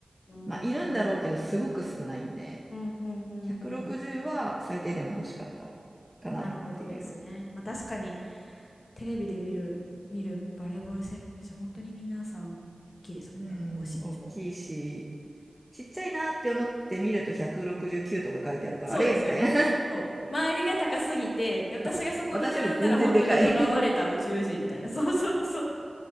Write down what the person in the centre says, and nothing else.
まあ、いるんだろうけど、
すごく少ないんで。
160は最低でも欲しかったかなっていう。
うん、
大きいし、ちっちゃいなって思って見ると169とか書いてあるから、
あれみたいな。
<laughs> 私より全然でかい